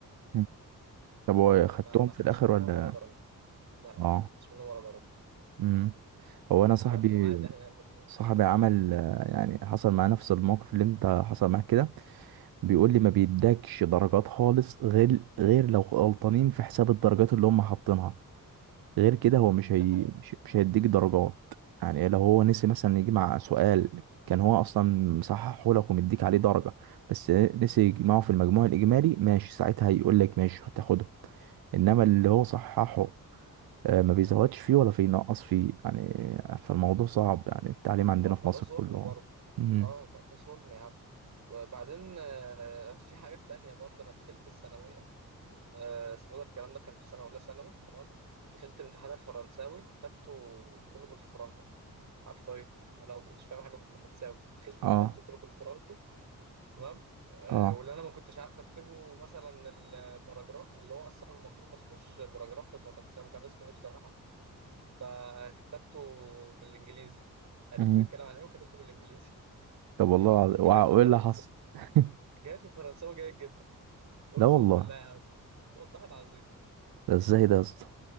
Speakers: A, on the right; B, on the right.
A: مم. طب هو خدتهم
B: ما ما
A: في
B: أخدتش
A: الاخر
B: منهم
A: ولا
B: ولا درجة لا لا ما
A: اه
B: أخدتش منهم ولا درجة
A: امم هو انا صاحبي
B: اترموا عادي أنا
A: صاحبي عمل آه، يعني حصل معاه نفس الموقف اللي انت حصل معاك كده بيقول لي ما بيدكش درجات خالص غير غير لو غلطانين في حساب الدرجات اللي هم حاطينها غير كده هو مش هي...
B: ده حقيقة
A: مش مش هيديك درجات يعني لو هو نسي مثلا يجمع سؤال كان هو اصلا مصححه لك ومديك عليه درجه بس نسي يجمعه في المجموع الاجمالي ماشي ساعتها هيقول لك ماشي هتاخده انما اللي هو صححه آه، ما بيزودش فيه ولا بينقص فيه يعني فالموضوع صعب يعني التعليم عندنا
B: طب ما
A: في مصر
B: ده ظلم
A: كله
B: برضه
A: مم.
B: اه ده ده ظلم يا عم وبعدين آه، في حاجة تانية برضه أنا دخلت الثانوية آه، اسمه ده الكلام ده كان في سنة أولى ثانوي تمام دخلت امتحان الفرنساوي كتبته كله بالفرنكو حرفيا أنا ما كنتش فاهم حاجة في الفرنساوي دخلت
A: اه
B: كتبته كله بالفرنكو تمام آه،
A: اه
B: واللي أنا ما كنتش عارف أكتبه مثلا الباراجراف اللي هو أصلا المفروض ما اسموش باراجراف في الفرنساوي مش عارف اسمه إيه بصراحة فكتبته بالإنجليزي عرفت
A: مم.
B: بيتكلم عن إيه وكتبته بالإنجليزي <laughs>
A: طب والله العظيم-
B: جاي
A: وع-
B: في
A: وايه
B: فرنسا
A: اللي حصل <laughs>
B: جاي في فرنساوي جيد جدا أقسم
A: لا والله
B: بالله يا عم والله العظيم
A: ده ازاي ده يا اسطى؟